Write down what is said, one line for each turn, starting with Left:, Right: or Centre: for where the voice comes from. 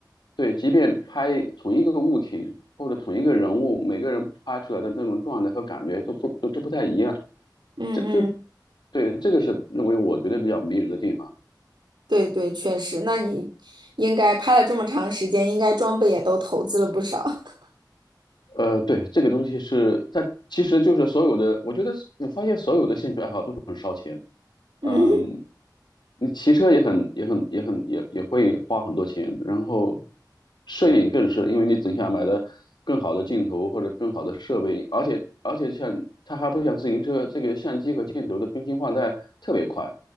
Left: 对，即便拍同一个物体或者同一个人物，每个人拍出来的那种状态和感觉都不都都不太一样。
Right: 嗯嗯，
Left: 这就对，这个是认为我觉得比较迷人的地方。
Right: 对对，确实。那你应该拍了这么长时间，应该装备也都投资了不少。<laughs>
Left: 呃，对，这个东西是它其实就是所有的，我觉得我发现所有的兴趣爱好都很烧钱。
Right: 嗯，
Left: 嗯，你骑车也很也很也很也也会花很多钱，然后摄影更是，因为你总想买的更好的镜头或者更好的设备，而且而且像它还不像自行车，这个相机和镜头的更新换代特别快。